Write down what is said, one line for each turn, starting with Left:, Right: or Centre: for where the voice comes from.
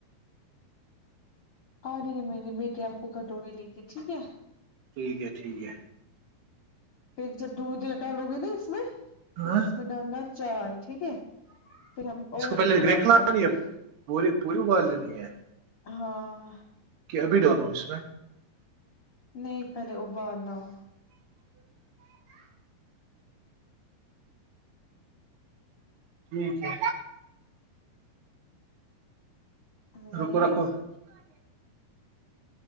Left: آ رہی ہے میری بیٹی آپ کو کٹورے لے کے ٹھیک ہے
Right: ٹھیک ہے ٹھیک ہے
Left: پھر جب دودھ ڈالو گے نا اس میں پھر
Right: ہاں
Left: اس میں ڈالنا چائے ٹھیک ہے پھر ہم
Right: اس
Left: اور
Right: کو پہلے
Left: ایکیکال
Right: گریک لانی
Left: کریں گے
Right: ہے پوری پوری ابال لینی ہے
Left: ہاں
Right: کہ ابھی ڈالو اس میں
Left: نہیں پہلے ابال لاؤ
Right: ٹھیک ہے
Left: زیب
Right: رکو رکھو